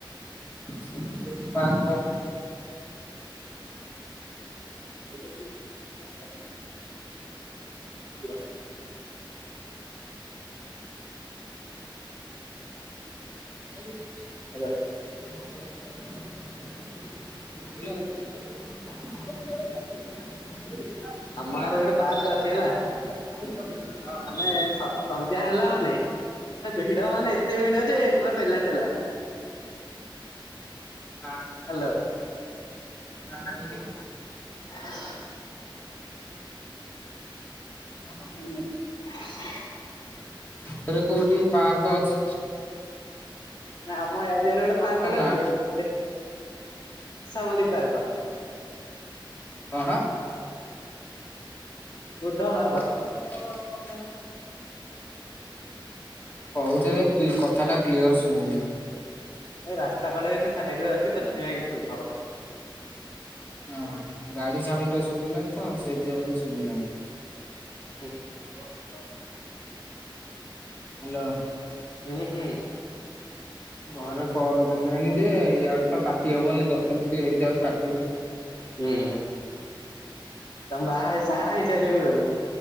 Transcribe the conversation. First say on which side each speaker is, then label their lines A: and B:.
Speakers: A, on the left (about 20°); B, on the left (about 55°).
A: ସେ କୌଠି ପାର୍କ ଅ
B: <unintelligible>
A: <unintelligible>
B: <inaudible>
A: <unintelligible> <unintelligible> ହେଲୋ
B: ଆମ ଆଡେ ଗୋଟେ ପାର୍କ ଅଛି
A: ହଁ।
B: ହେଲା ମାନେ ସ ସନ୍ଧ୍ୟା ହେଲା ମାନେ ଭିଡ ମାନେ ଏତେ ଭିଡ ଯେ ପୁରା ପେଲା ଠେଲା।
A: ନ।
B: ହ୍ୟାଲୋ
A: ନାଇଁ।
B: ହ <unintelligible>
A: ହଁଁ।
B: ହ <inaudible>
A: ଖର କୋଉଠି ପାର୍କ ଅଛି?
B: ନା ଆମ ରାଜ୍ୟରେ ଗୋଟେ ପାର୍କଟେ
A: ନା
B: ଅଛି। ଏସ ଏସ ସା ମଲି ପାର୍କ।
A: କଣ?
B: ବୁଧବାର୍
A: ଟା ମୋର ପନାର ନାହିଁ। କହୁଛ ଯେ କି କଥାଟା କ୍ଲିୟର ଶୁଭୁନି।
B: ଏ ରାସ୍ତା କଡରେ ସେ ସାଇଟରେ ଅଛି ତ ସେଥିପାଇଁ ଏମିତି ସୁଭୁଥିବ।
A: ହଁ ଗାଡି ସାଉଣ୍ଡ ଟା ଶୁଭିଲା ତ ସେଇଥିବେଳୁ ଶୁଭିଲାନି।
B: ଉଁ। ଆ <unintelligible>
A: ହ୍ୟାଲୋ।
B: ହୁଁ ହୁଁ।
A: ଘରେ କଲ କଲେଣି ଯେ ଇଆଡେ ତ କାଟି ହବନି ଦଶମିନିଟ ହେଇଯାଉ କାଟିବି।
B: ହୁଁ। ତମେ ବାହା ସାହା ହେଇ ସାଇଲଣି ବୋଧେ।